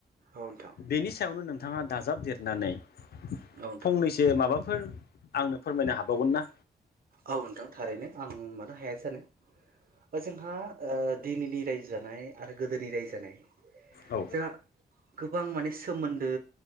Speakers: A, on the right; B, on the left.
A: औ नोंथां
B: बेनि सायावनो नों बिथाङा दाजाबदेरनानै
A: औ नोंथां
B: फंनैसो माबाफोर आंनो फोरमायनो हाबावगोन ना?
A: औ नोंथां थारैनो। आं मानो हाया जानो ओ जोंहा ओ दिनैनि रायजो जानाय आरो गोदोनि राययो जानाय
B: औ
A: जोंहा गोबां माने सोमोन्दो